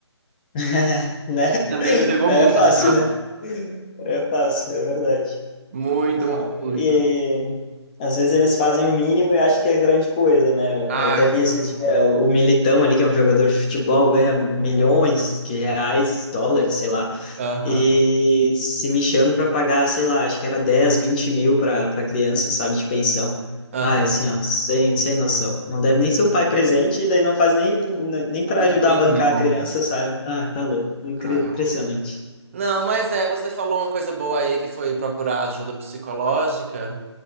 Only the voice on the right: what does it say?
E também me pegou
muito
essa frase.
Muito,
muito, muito.
Ai,
sim.
Aham,
aham.
O
mínimo,
amor.
Ai,
ó. Não, mas é, você falou uma coisa boa aí que foi procurar ajuda psicológica.